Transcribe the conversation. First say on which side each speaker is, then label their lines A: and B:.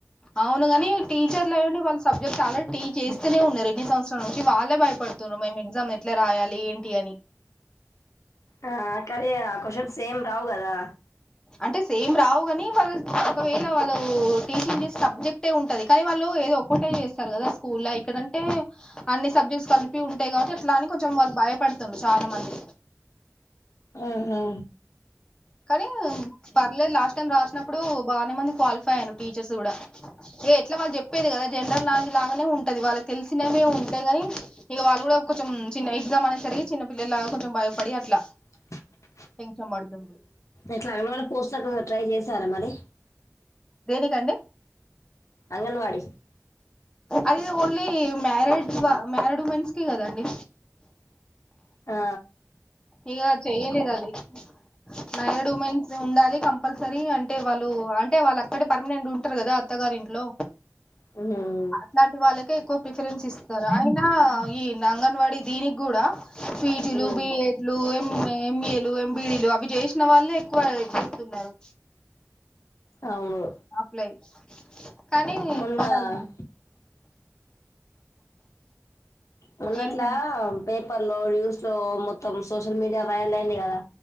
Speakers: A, on the left (about 15°); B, on the left (about 70°).
A: అవునుగనీ టీచర్లయుండి వాళ్లు సబ్జెక్ట్ ఆల్రెడీ టీచ్చేస్తనే ఉన్నారు ఎన్ని సంవత్సరాల నుంచి వాళ్ళే భయపడు మేమ్ ఎగ్జామ్ ఎట్లా రాయాలి ఏంటి అని
B: ఆ కనీ ఆ క్యూస్షన్స్ సేమ్ రావు కదా
A: అంటే సేమ్ రావు గనీ వాళ్ళు ఒకవేళ వాళ్లు టీచింగ్ చేసే సబ్జెక్టే ఉంటది కానీ వాళ్ళు ఏదో ఒక్కటే చేస్తారు కదా స్కూల్ ఇక్కడ అంటే అన్ని సబ్జెక్ట్స్ కలిపి ఉంటాయి కావట్టి అట్లా అని కొంచెం వాళ్ళు భయపడుతు ఉంటారు చానా మంది
B: ఆహా
A: కానీ పర్లేదు లాస్ట్ టైమ్ రాసినప్పుడు బానే మంది క్వాలిఫై ఐన్నారు టీచర్స్ కూడా ఏ ఎట్లా వాళ్ళు చెప్పేది కదా జనరల్ నాలెడ్జ్ లాగానే ఉంటది వాళ్ళకి తెలిసినవే ఉంటాయిగాని ఇగ వాళ్ళు కూడా కొంచెం చిన్న ఎగ్జామ్ అనేసరికి చిన్న పిల్లల్లాగ కొంచెం భయపడి అట్లా
B: ఆ
A: టెన్షన్ పడుతోంది
B: ఎట్లా అంగన్వాడీ పోస్ట్లకు ట్రై చేసారా మరి
A: దేనికండి
B: అంగన్వాడి
A: అది ఓన్లీ మ్యారిడ్ మ్యారిడ్ ఉమెన్స్ కి కదండి
B: ఆ
A: ఇగ చేయలేదది మ్యారిడ్ ఉమెన్స్ ఉండాలి కంపల్సరీ అంటే వాళ్ళు ఆం అంటే వాళ్ళు అక్కడే పర్మినెంట్ ఉంటరు గదా అత్తగారింట్లో
B: ఆ
A: ఇట్లాంటి వాళ్ళకే ఎక్కువ ప్రిఫరెన్స్ ఇస్తారు అయినా ఈ అంగన్వాడీ దీనిగుడా ఫీజులూ
B: మ్మ్
A: ఎంఎ ఎంఏలు ఎంబిడీలు అవి చేసిన వాళ్ళే ఎక్కువ చేస్తున్నారు
B: అవును
A: అప్లై కానీ
B: మొన్న
A: మనం
B: మొన్నట్లా
A: ఏంటండి
B: పేపర్ లో న్యూస్ లో మొత్తం సోషల్ మీడియా వైరల్ అయింది కదా